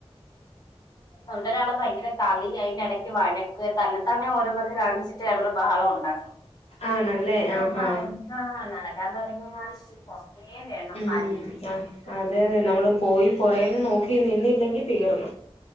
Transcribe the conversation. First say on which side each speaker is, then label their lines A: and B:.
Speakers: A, on the left; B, on the left.
A: അവിടെ ഒരാള് ഭയങ്കര കളി അതിന്റെ എടയ്ക്ക് വഴക്ക് തന്നത്താനെ ഓരോന്നൊക്കെ കാണിച്ചിട്ട് അവ്ട്ന്ന് ബഹളം ഉണ്ടാക്കും. <unintelligible>
B: ആണല്ലേ ആഹാ ഉം
A: ആരെങ്കിലും
B: ആഹ് അതെ നമ്മള് പോയി പൊഴേന്ന് നോക്കി നിന്നില്ലെങ്കി തീർന്നു